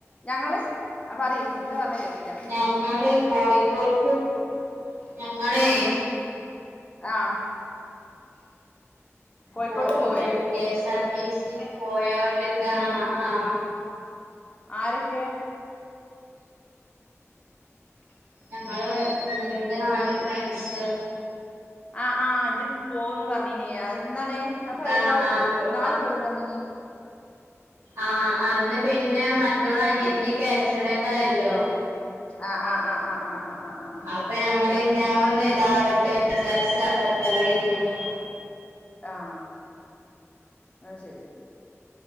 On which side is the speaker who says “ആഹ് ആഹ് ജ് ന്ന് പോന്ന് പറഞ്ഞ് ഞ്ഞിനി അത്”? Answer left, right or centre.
Left